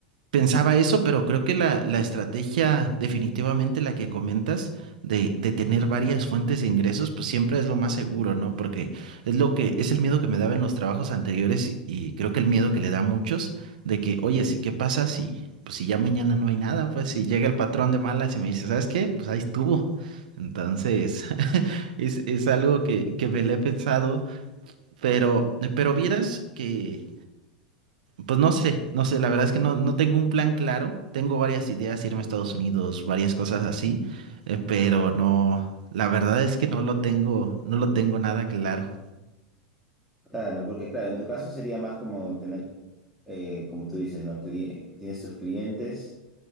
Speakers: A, on the right; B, in the centre.
A: pensaba eso, pero creo que la, la estrategia, definitivamente la que comentas, de, de tener varias fuentes de ingresos, pues siempre es lo más seguro, ¿no? Porque es lo que, es el miedo que me daba en los trabajos anteriores y creo que el miedo que le da a muchos de que, oye, sí, ¿qué pasa si, pues si ya mañana no hay nada? Pues si llega el patrón de malas y me dice, ¿sabes qué? Pues ahí estuvo. Entonces, es, es algo que, que me le he pensado, pero, pero vieras que, pues no sé, no sé, la verdad es que no, no tengo un plan claro, tengo varias ideas, irme a Estados Unidos, varias cosas así, eh, pero no, la verdad es que no lo tengo, no lo tengo nada claro.
B: Claro, ¿no? porque claro, en tu caso sería más como tener, eh, como tú dices, ¿no? Cli- tienes tus clientes